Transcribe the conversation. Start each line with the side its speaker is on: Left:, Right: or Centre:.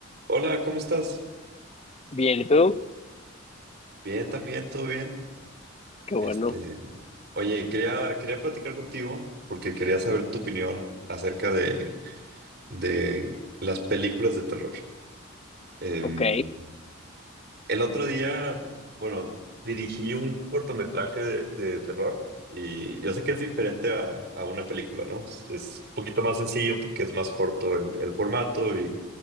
Right: Hola, ¿cómo estás?
Left: Bien, ¿y tú?
Right: Bien, también, todo bien.
Left: Qué
Right: Este,
Left: bueno.
Right: oye, quería, quería platicar contigo porque quería saber tu opinión acerca de, de las películas de terror. Em,
Left: Ok,
Right: el otro día, bueno, dirigí un cortometraje de, de terror y yo sé que es diferente a, a una película, ¿no? Es, es un poquito más sencillo porque es más corto el, el formato y,